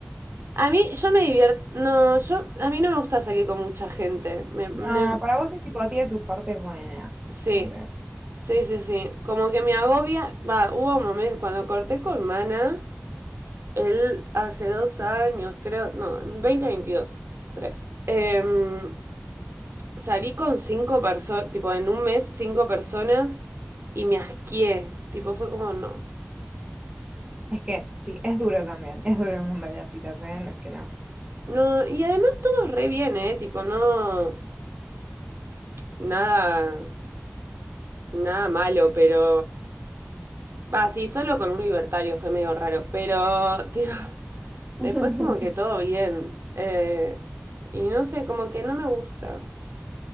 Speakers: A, on the right; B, on the right.
A: A mí, yo me divierto. No, yo. A mí no me gusta salir con mucha gente. Me, me-
B: No, para vos es tipo, tiene sus partes buenas,
A: sí.
B: como que,
A: Sí, sí, sí. Como que me agobia. Va, hubo un momento cuando corté con Mana. Él hace dos años, creo. No, veinte, veintidós, Tres. em, salí con cinco personas. Tipo, en un mes, cinco personas. Y me asqué. Tipo, fue como no.
B: es que sí, es duro también, es duro el mundo de las citas, ¿eh? No es que no.
A: No, y además todo re bien, ¿eh? Tipo, no. Nada. Nada malo, pero. Va, sí, solo con un libertario fue medio raro, pero, tío, <laughs> después
B: <laughs>
A: como que todo bien. Eh, y no sé, como que no me gusta.